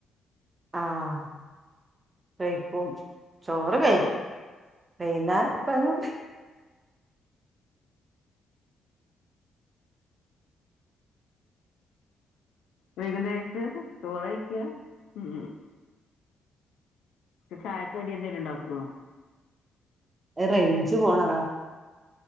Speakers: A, on the right (about 20°); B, on the left (about 80°).
A: ആഹ് കഴിക്കും ചോറ് കഴി വൈന്നാരപ്പം
B: വൈകുന്നേരത്തേക്ക് ചോറയ്ക്കും. ഉം ഇപ്പ ചായക്കടി എന്തേലുണ്ടാക്കോ?
A: അത് റെയ്ഞ്ച് പോണതാ.